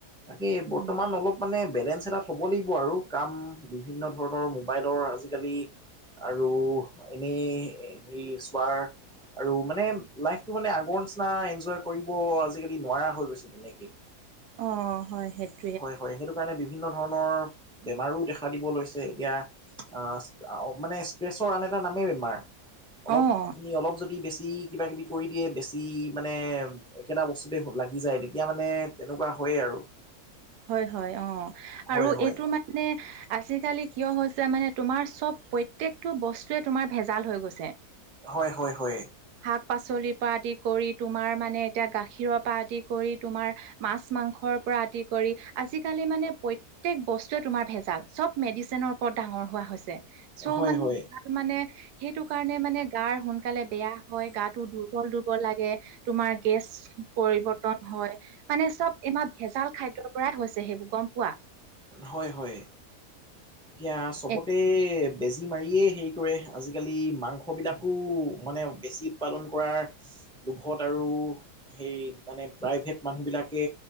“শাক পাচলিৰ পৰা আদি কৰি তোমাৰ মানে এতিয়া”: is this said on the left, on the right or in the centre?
Right